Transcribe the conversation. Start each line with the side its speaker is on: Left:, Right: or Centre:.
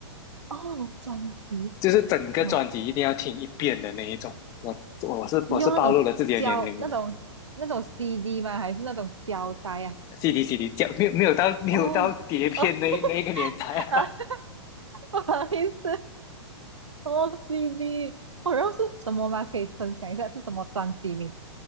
Right: 哦，专辑
Left: 就是整个专辑一定要听一遍的那一种。
Right: 哇，
Left: 我我是我是暴露了自己的年龄了嘛
Right: 你用那种胶那种那种 CD 吗？还是那种胶带啊？
Left: ？CD CD 讲没有没有到没有到碟片那那一个年代啊。
Right: 哦哦 <laughs> 啊，不好意思，哦 CD，哦然后是什么吗？可以分享一下是什么专辑名？